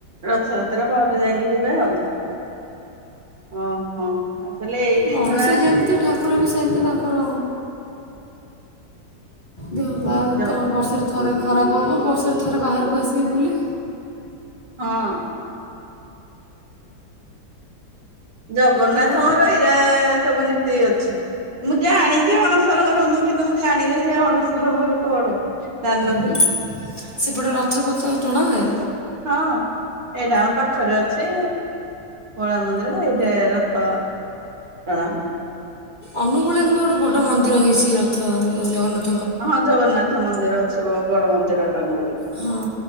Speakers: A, on the right (about 65°); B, on the left (about 25°).
A: ରଥଯାତ୍ରା ପରେ ଯାଇକି ଯିବେ ଆଉ। ଓ ହଁ ତାହେଲେ ଏଇ ଜିନିଷ
B: ମଣିଷ
A: ଟା
B: ଯେମିତି ଠାକୁର ବି ସେମିତି ତାଙ୍କର ଦେହ
A: ଇଏ
B: ପା
A: ଯୋଉ
B: ତାଙ୍କର ବର୍ଷରେ ଥରେ ଖରାପ ହେବ ବର୍ଷରେ ଥରେ ବାହାରକୁ ଆସିବେ ବୁଲି।
A: ହଁ। ଜଗନ୍ନାଥଙ୍କର
B: ଏପଟେ
A: ଏଇରା ସବୁ ନୀତି ଅଛି। ମୁଁ ଜାଣିଛି ଅଣସର ଘର ମୁଁ କିନ୍ତୁ ମୁଁ ଜାଣିନି ସେ ଅଣସର ଘର କଣ? ଜାଣିନଥିଲି
B: ହୁଁ ସେପଟେ ରଥପଥ ଟଣା ହୁଏ।
A: ହଁ। ଏଇଟା ଆମ ପାଖରେ ଅଛି କଳା ମନ୍ଦିର ଏଇଟା ରଥ। ଚଣାମମ <unintelligible>
B: ଅନୁଗୂଳରେ କିନ୍ତୁ ଗୋଟେ ବଡ ମନ୍ଦିର ହେଇଚି ରଥ ଜଗନ୍ନାଥ
A: ହଁ ଜଗନ୍ନାଥ ମନ୍ଦିର ଅଛି ବଡ ମନ୍ଦିର। <unintelligible>
B: ହଁ